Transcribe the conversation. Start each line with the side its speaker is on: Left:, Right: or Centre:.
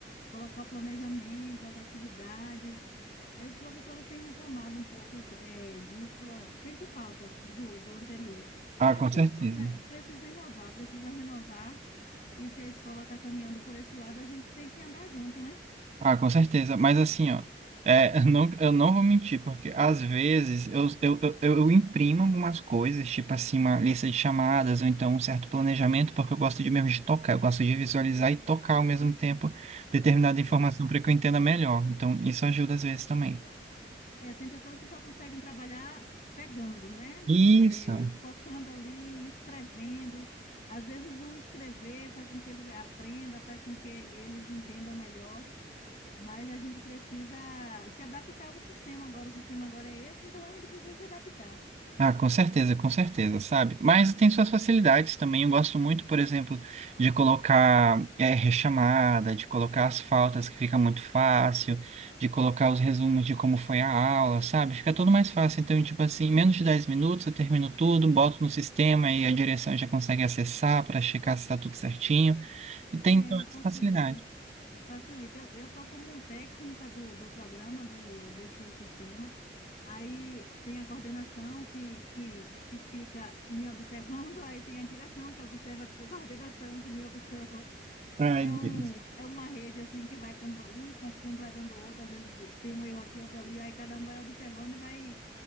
Left: colocar o planejamento, as atividades. Aí os professores têm reclamado um pouco é, disso, ah, sente falta do, do anterior.
Right: Ah,
Left: Mas
Right: com
Left: precisa,
Right: certeza.
Left: né, precisa inovar, precisa renovar. E se a escola está caminhando por esse lado, a gente tem que andar junto, né?
Right: Ah, com certeza. Mas assim, ó, é, <laughs> eu não, eu não vou mentir, porque às vezes eu, eu, eu, eu imprimo algumas coisas, tipo assim, uma lista de chamadas, ou então um certo planejamento, porque eu gosto de mesmo de tocar, eu gosto de visualizar e tocar ao mesmo tempo determinada informação
Left: É.
Right: para que eu entenda melhor. Então, isso ajuda às vezes também.
Left: É, tem pessoas que só conseguem trabalhar pegando, né?
Right: Isso.
Left: É, focando ali, escrevendo. Às vezes o escrever faz com que eles aprendam, faz com que eles entendam melhor, mas a gente precisa se adaptar ao sistema agora. O sistema agora é esse, então a gente precisa se adaptar.
Right: Ah, com certeza, com certeza, sabe? Mas tem suas facilidades também. Eu gosto muito, por exemplo, de colocar eh, rechamada, de colocar as faltas que fica muito fácil, de colocar os resumos de como foi a aula, sabe? Fica tudo mais fácil. Então, tipo assim, em menos de 10 minutos eu termino tudo, boto no sistema e a direção já consegue acessar para checar se está tudo certinho. E tem
Left: É,
Right: toda essa
Left: facilita.
Right: facilidade.
Left: Facilita. Eu estou como um técnica do, do programa, do, desse sistema. Aí tem a coordenação que, que, que fica me observando, <laughs> aí tem a direção que observa a coordenação e que me observa.
Right: Ai,
Left: É, um,
Right: Deus.
Left: é uma rede assim que vai com- um com- completando o outro, às vezes tem um erro aqui, outro ali, aí cada um vai observando e vai